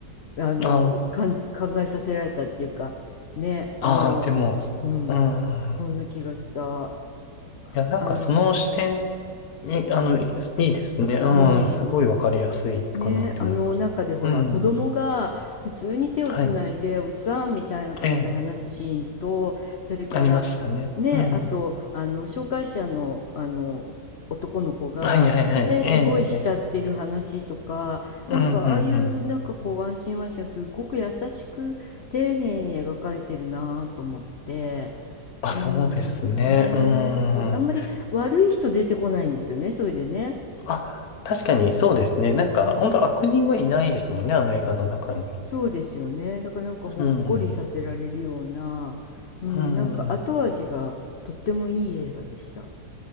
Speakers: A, on the left; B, on the left.
A: う、あの、
B: あ
A: かん、考えさせられたっていうか、ね、あの、
B: あ。ああ、でも、
A: うん、
B: うん。
A: そんな気がした。
B: いや、なんかその視点っ
A: あの、
B: い、
A: うん、
B: あの、いいですいいですね。うん、
A: うん。
B: すごいわかりやすいかなって思います。
A: ねえ、あの中でほら子供が普通に手をつないでおじさんみたいな感じで話すシーンとそれから
B: うん、はい。ええ、ありましたね。
A: ねえあとあの障害者の、
B: うん。
A: あの男の子がねえすごい慕ってる話とかなんかああいうなんかこうワンシーンワンシーンがすごく優しく丁寧に描かれてるなと思って
B: はいはいはい。ええ、ええうん、うん、うん。あ、
A: うんねえそうあんまり悪い人出てこないんですよねそれでね。
B: そうですね。うん。あ、確かにそうですね。なんか、
A: うん
B: 本当悪人はいないですもんね、あの映画の中には。
A: そうですよね。だからなんかほっこりさせられるような、
B: うん、
A: うん、
B: うん。
A: なんか後味がとってもいい映画でした。